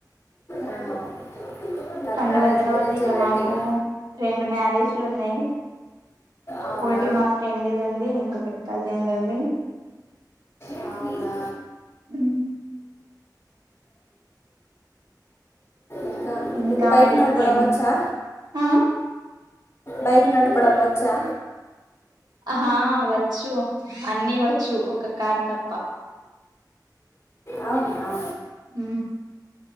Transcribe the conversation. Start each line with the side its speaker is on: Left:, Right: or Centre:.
Left: అవును. తన
Right: పండుగ
Left: మ్యారేజ్
Right: తర్వాత
Left: గురించి
Right: ఇక
Left: వెయిటింగ్
Right: మాకు రెండు మ్యారేజ్లు ఉన్నాయి
Left: అవునా
Right: ఒకటి మా ఫ్రెండ్ది ఉంది ఇంకొకటి కజిన్ ఉంది
Left: అవునా
Right: ఉమ్,
Left: ఇంకా
Right: ఇంకా
Left: నీకు బైకు
Right: మరి
Left: నడపడం
Right: ఏం
Left: వచ్చా
Right: ఆ
Left: బైక్ నడపడం వచ్చా
Right: ఆహా వచ్చు అన్ని వచ్చు ఒక కార్ తప్ప
Left: అవునా
Right: హు